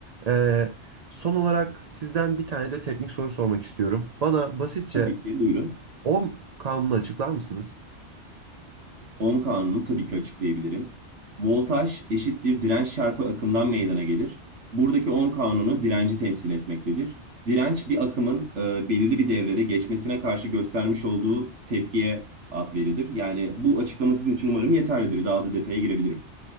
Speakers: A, on the right; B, on the right.
A: E, son olarak sizden bir tane de teknik soru sormak istiyorum. Bana basitçe
B: tabii ki buyurun.
A: 10 kanunu açıklar mısınız?
B: Ohm kanunu tabii ki açıklayabilirim. Voltaj eşittir direnç çarpı akımdan meydana gelir. Buradaki ohm kanunu direnci temsil etmektedir. Direnç bir akımın e, belirli bir devrede geçmesine karşı göstermiş olduğu tepkiye ad verilir. Yani bu açıklama sizin için umarım yeterlidir. Daha da detaya girebilirim.